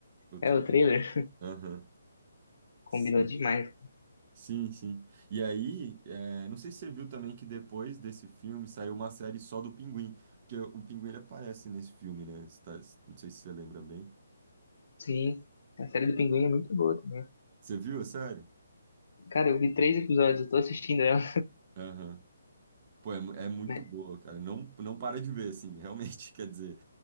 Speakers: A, on the right (about 35°); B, on the left (about 60°).
A: O
B: É,
A: trailer...
B: o trailer
A: Aham.
B: combinou
A: Sim.
B: demais.
A: Sim, sim. E aí, é, não sei se você viu também que depois desse filme saiu uma série só do Pinguim, porque o Pinguim ele aparece nesse filme, né? Você tá- não sei se você lembra bem.
B: Sim, a série do Pinguim é muito boa também.
A: Você viu a série?
B: Cara, eu vi três episódios, eu tô assistindo ela.
A: Aham. Pô, é, mu-
B: <laughs>
A: é muito
B: né?
A: boa, cara. Não, não para de ver, assim, realmente, <laughs> quer dizer.